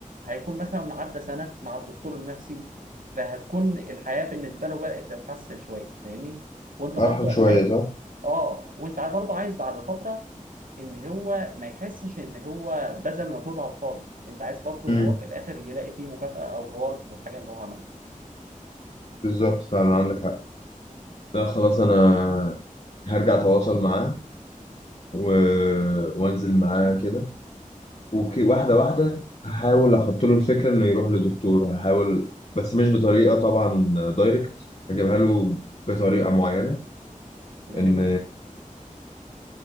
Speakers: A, on the right; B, on the left.
A: هيكون مثلا عدى سنه مع الدكتور النفسي فهتكون الحياه بالنسبه له بدات تتحسن شويه فاهمني وانت برضو
B: أرحم شوية
A: عايز
B: صح؟
A: اه وانت برضو عايز بعد فتره ان هو ما يحسش ان هو بذل مجهود على الفاضي انت عايز برضو
B: امم
A: ان هو في الاخر يلاقي فيه مكافاه او رeward في الحاجه اللي هو عملها
B: بالظبط فعلا عندك حق لا خلاص أنا هرجع أتواصل معاه و... وأنزل معاه كده وك... واحدة واحدة هحاول أحط له الفكرة إنه يروح لدكتور هحاول بس مش بطريقة طبعا دايركت هجيبها له بطريقة معينة
A: تمام
B: إن